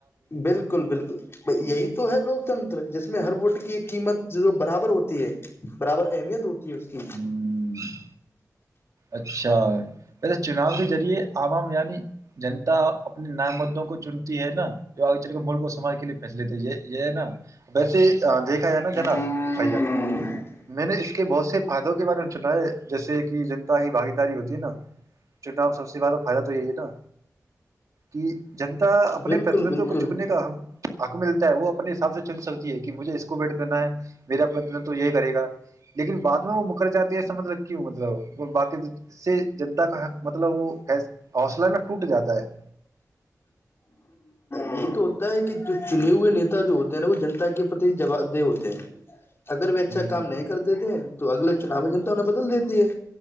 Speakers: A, on the left; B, on the right.
A: بالکل بالکل یہی تو ہے لوکتنتر جس میں ہر ووٹ کے یہ قیمت جو برابر ہوتی ہے برابر اہمیت ہوتی اس کی
B: ہوں۔ اچھا ویسے چناؤ کے ذریعے عام آام یعنی جنتا اپنے نام موں کو چنتی ہے نا جو آگے چل کے ملک کو سماج کے لیے پھیس لیتا ہے یہ یہ ہے نا ویسے دیکھا جائے نا
A: ہوں
B: جناب بھائی میں نے اس کے بہت سے فائدوں کے بارے میں چنا ہے جیسے کہ، باگ داری ہوتی نا چناب سب سے زیادہ فائدہ تو یہی ہے نا کہ جنتا اپنے
A: بالکل
B: پرتنتو
A: بالکل
B: کو چکنے کا حق ملتا ہے وہ حساب سے چل سکتی ہے کہ مجھے اس کو بیٹ دینا ہے میرا پرن تو یہ کرے گا لیکن بع میں وہ مکر جاتی ہے م کیوں مطلب وہ باقی اس سے جنتا کا حق مطلب وہ حوصلہ میں ٹوٹ جاتا ہے
A: یہ تو ہوتا ہے کہ جو چنے ہوئے نیتا جو نا وہ جنتا کے پرتی جواب دہ ہوتے ہیں اگر وہ اچھا
B: ہ
A: کام نہیں کر دیتے تو اگلے چناو ہے جنتا انیں بدل دیتی ہے